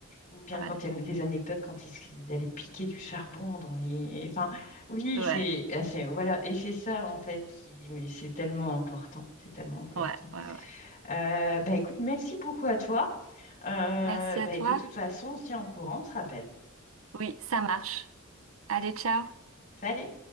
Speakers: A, on the left (about 40°); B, on the right (about 80°).
A: ou bien
B: ouais,
A: quand il y a des anecdotes, quand il, s- il allait piquer du charbon dans les... Enfin, oui,
B: ouais,
A: c'est... ah, c'est- Voilà, et c'est ça, en fait, qui... Mais c'est tellement important, c'est tellement important.
B: ouais, ouais, ouais.
A: Euh, bah, écoute, merci beaucoup à toi. Euh,
B: Merci
A: bah,
B: à toi.
A: de toute façon, on se tient en courant, on se rappelle.
B: Oui, ça marche. Allez, ciao.
A: Salut!